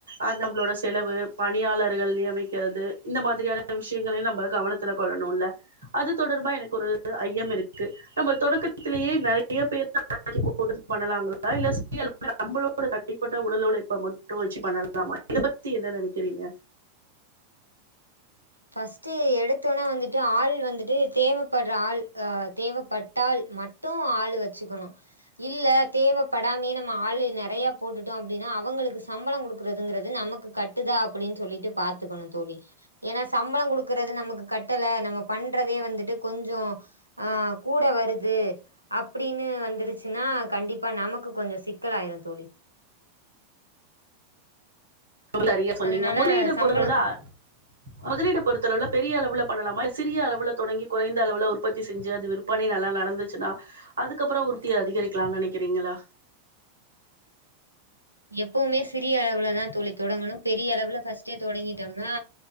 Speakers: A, on the right (about 70°); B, on the left (about 85°).
A: அந் நம்ளோட செலவு பணியாளர்கள் நியமிக்கிறது இந்த மாதிரியான விஷயங்களை நம்ப கவனத்துல கொள்ளணுல்ல அது தொடர்பா எனக் ஒரு ஐயம் இருக்கு நம்ம தொடக்கத்திலேயே நறையா பேர் <inaudible> போட்டு பண்ணலாங்களா இல்ல சியல் நம்மளோட தனிப்பட்ட உடல் உழைப்ப மட்டு வச்சி பண்ணலாமா இத பத்தி என்ன நெனக்கிறீங்க
B: ஃபஸ்ட்டு எடுத்தோனே வந்துட்டு ஆள் வந்துட்டு தேவப்பட்ற ஆள் ஆ தேவப்பட்டால் மட் ட்டு ஆள் வச்சிக்கணு இல்ல தேவப்படாமே நம்ம ஆளு நெறையா போட்டுட்டோ அப்டின்னா அவங்களுக்கு சம்பளங் கொடுக்றதுங்குறது நமக்கு கட்டுதா அப்படின் சொல்லிட்டு பாத்துக்கணு தோழி ஏனா சம்பளங் குடுக்குறது நமக்கு கட்டல நம்ம பண்றதே வந்துட்டு கொஞ்சோ ஆ கூட வருது அப்டின்னு வந்துருச்சு ன்னா கண்டிப்பா நமக்கு கொஞ்சோ சிக்கலாய்ரு தோழி
A: தரியா சொன்னீங்க
B: அதனால
A: முதலீடு
B: சம்பள
A: பொருளுளா முதலீடு பொறுத்தளவ்ல பெரிய அளவுல பண்ணலாமா இ சிறிய அளவுல தொடங்கி குறைந்த அளவுல உற்பத்தி செஞ்சி அது விருப் பணி நல்லா நடந்துச்சுன்னா அதுக்கப்றோ உற்த்தி அதிகரிக்கலான் நெனக்கிறீங்களா
B: எப்போமே சிறிய அளவுலதா தோழி தொடங்கணு பெரிய அளவுல ஃபஸ்ட்டே தொடங்கிட்டோனா